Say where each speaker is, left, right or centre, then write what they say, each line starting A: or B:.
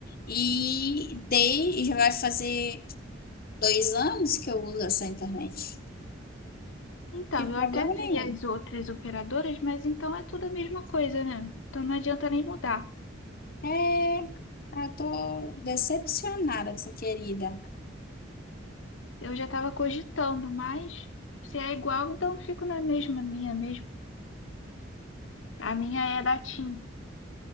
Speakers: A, on the left; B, on the left.
A: E dei, e já vai fazer dois anos que eu uso essa internet.
B: Então,
A: Não tive
B: eu
A: problema
B: até
A: nenhum.
B: vi as outras operadoras, mas então é tudo a mesma coisa, né? Então não adianta nem mudar.
A: É, eu tô decepcionada, com essa querida.
B: Eu já estava cogitando, mas se é igual, então eu fico na mesma, minha mesmo. A minha é da TIM.